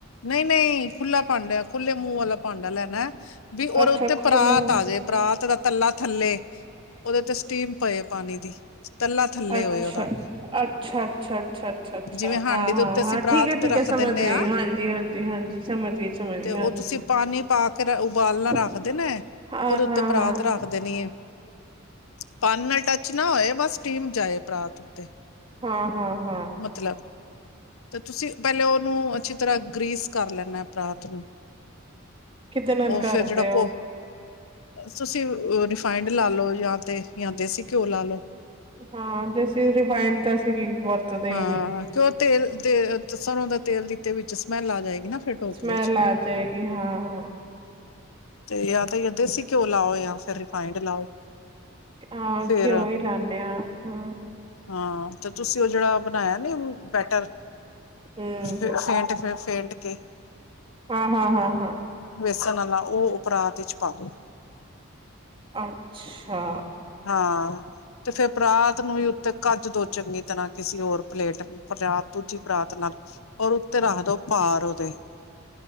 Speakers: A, on the left (about 75°); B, on the right (about 25°).
A: ਨਹੀਂ ਨਹੀਂ ਖੁੱਲ੍ਹਲਾ ਭਾਂਡਿਆ ਖੁੱਲੇ ਮੂੰਹ ਵਾਲਾ ਭਾਂਡਾ ਲੈਣਾ। ਵੀ ਉਹਦੇ
B: ਅੱਛਾ
A: ਉੱਤੇ
B: ਖੁੱਲੂ
A: ਪਰਾਤ ਆ ਜਾੇ ਪਰਾਤ ਦਾ ਤੱਲਾ ਥੱਲੇ ਉਹਦੇ ਤੇ ਸਟੀਮ ਪਏ ਪਾਣੀ ਦੀ। ਤੱਲਾ ਥੱਲੇ
B: ਅੱਛਾ
A: ਹੋਏ ਉਹਦਾ
B: ਅੱਛਾ ਅੱਛਾ, ਅੱਛਾ, ਅੱਛਾ, ਅੱਛਾ
A: ਜਿਵੇਂ ਹਾਂਡੀ
B: ਹਾਂ,
A: ਦੇ
B: ਹਾਂ,
A: ਉੱਤੇ ਅਸੀਂ
B: ਹਾਂ
A: ਪਰਾਤ
B: ਠੀਕ ਹੈ,
A: ਤੇ
B: ਠੀਕ
A: ਰੱਖ
B: ਹੈ ਸਮਝ
A: ਦਿੰਦੇ
B: ਗਈ।
A: ਹਾਂ
B: ਹਾਂਜੀ, ਹਾਂਜੀ, ਹਾਂਜੀ ਸਮਝ ਗਈ, ਸਮਝ
A: ਤੇ
B: ਗਈ
A: ਉਹ
B: ਹਾਂਜੀ
A: ਤੁਸੀਂ ਪਾਣੀ ਪਾ ਕੇ ਉਬਾਲਣਾ
B: ਹਾਂ
A: ਰੱਖਦੇ ਨੇ
B: ਹਾਂ,
A: ਉਹਦੇ ਉੱਤੇ
B: ਹਾਂ।
A: ਪਰਾਤ ਰੱਖ ਦੇਣੀ ਹੈ ਪਾਣੀ ਨਾਲ ਟੱਚ ਨਾ ਹੋਏ ਬਸ ਸਟੀਮ ਜਾਏ। ਪਰਾਤ ਉੱਤੇ
B: ਹਾਂ। ਹਾਂ, ਹਾਂ
A: ਮਤਲਬ ਤੇ ਤੁਸੀਂ ਪਹਿਲੇ ਉਹਨੂੰ ਅੱਛੀ ਤਰ੍ਹਾਂ ਗ੍ਰੀਸ ਕਰ ਲੈਣਾ ਪਰਾਤ ਨੂੰ
B: ਕਿਦੇ ਨਾਲ
A: ਉਹ
B: ਕਰਦੇ
A: ਫੇਰ ਜਿਹੜਾ
B: ਹੋ?
A: ਕੋ ਤੁਸੀਂ ਰਿਫਾਇੰਡ ਲਾ ਲਓ ਜਾਂ ਤੇ ਜਾਂ ਦੇਸੀ ਘਿਓ ਲਾ ਲਓ।
B: ਹਾਂ ਦੇਸੀ ਰਿਫਾਈਡ ਦਾ- ਚ ਬਰਤਦੇ
A: ਹਾਂ
B: ਨਹੀ-
A: ਕਿਉਂ ਤੇਲ ਤੇ ਸਰੋਂ ਦਾ ਤੇਲ ਦਿੱਤੇ ਵਿੱਚੋ ਸਮੈਲ ਆ ਜਾਏਗੀ। ਨਾ ਫਿਰ ਢੋਕਲੇ
B: ਸਮੈਲ
A: ਚ।
B: ਆ ਜਾਏਗੀ ਹਾਂ ਹਾਂ।
A: ਤੇ ਯਾ- ਦੇਸੀ ਘਿਓ ਲਾਓ ਯਾ ਫਿਰ- ਫਾਇੰਡ ਲਾਓ
B: ਹਾਂ
A: ਫਿਰ
B: ਘਿਓ ਹੀ ਲਾਂਦੇ ਆ ਹੂੰ।
A: ਹਾਂ ਤੇ ਤੁਸੀਂ ਉਹ ਜਿਹੜਾ ਬਣਾਇਆ। ਨਹੀਂ ਬੈਟਰ
B: ਹਮ
A: ਫ ਫੇਟ ਫ ਫੇਟ ਕੇ
B: ਹਾਂ ਹੂੰ ਹੂੰ ਹਾ
A: ਸਨਾਲਾ ਉਹ ਪਰਾਤ ਵਿੱਚ ਪਾ ਦੋ-
B: ਅੱਛਾ।
A: ਹਾਂ ਤੇ ਫਿਰ ਰਾਤ ਨੂੰ ਹੀ ਉੱਤੇ ਕੱਜ ਦੋ- ਚੰਗੀ ਤਰ੍ਹਾਂ ਕਿਸੇ ਹੋਰ ਪਲੇਟਤ ਦੂਜੀ ਪਰਾਤ ਨਾਲ ਔਰ ਉੱਤੇ ਰੱਖਦੋ ਭਾਰ ਉਹਦੇ-